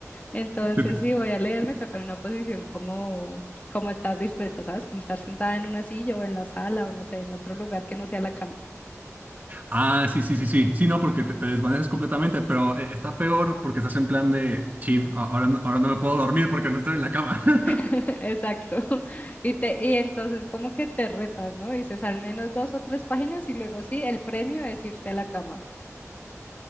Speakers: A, on the left; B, on the right.
A: Entonces,
B: Te- te-
A: si voy a leer, me toca en una posición como, como estar dispuesta, ¿sabes? Como estar sentada en una silla o en la sala o no sé, en otro lugar que no sea la cama.
B: Ah, sí, sí, sí, sí. Sí, no, porque te, te desvaneces completamente, pero eh, está peor porque estás en plan de, chin, a- ahora, no- ahora no me puedo dormir porque no estoy en la cama. <laughs>
A: <laughs> Exacto. <laughs> Y, te, y entonces como que te retas, ¿no? Dices al menos dos o tres páginas y luego sí, el premio es irte a la cama.